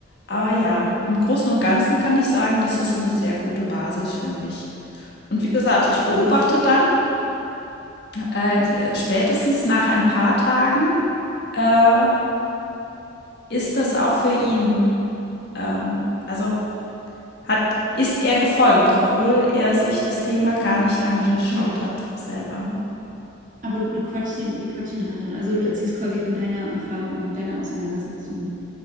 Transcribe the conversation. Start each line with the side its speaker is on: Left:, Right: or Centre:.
Left: Aber ja, im Großen und Ganzen kann ich sagen, das ist eine sehr gute Basis für mich. Und
Right: ja.
Left: wie gesagt, ich beobachte dann äh, spätestens nach ein paar Tagen, äh, ist das auch für ihn Ähm, also hat, ist er gefolgt, obwohl er sich das Thema gar nicht angeschaut
Right: Hm.
Left: hat selber.
Right: Aber du quatschst ihn, bequatschst ihn halt dann. Also du erzählst quasi von deiner Erfahrung und mit deiner Auseinandersetzung.